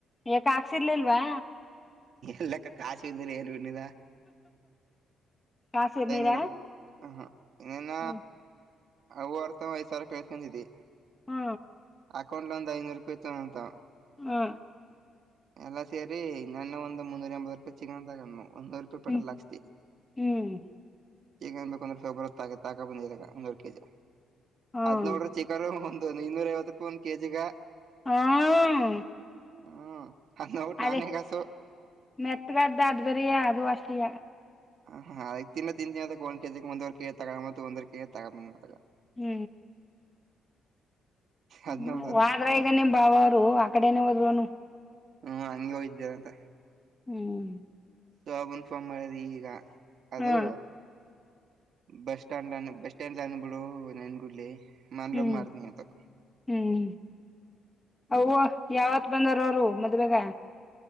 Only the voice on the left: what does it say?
ಯಾಕ ಹಾಕ್ಸಿರ್ಲಿಲ್ವಾ
ಕಾಸಿರ್ ನೀರ
ಹ್ಮ್
ಹ್ಮ
ಹಾ
ಹ್ಮ್
ಹ್ಮ್
ಹ್ಮ್
ಹಾಂ
ಅದೇ
ಮೆತ್ಗಾದ್ದ ಅದ್ ಬೇರೆಯಾ ಅದು ಅಷ್ಟೆಯಾ.
ಹ್ಮ್ ಹ್ಮ್
ವಾದ್ರ ಈಗ ನಿಮ್ ಭಾವೌರು ಆಕಡೆನೆ ಹೋದ್ರು ಅನ್ನು.
ಹ್ಮ್
ಹಾ
ಹ್ಮ್
ಹ್ಮ್ ಅವ್ವ ಯಾವತ್ ಬಂದೋರ್ ಅವ್ರು ಮದ್ವೆೇಗ?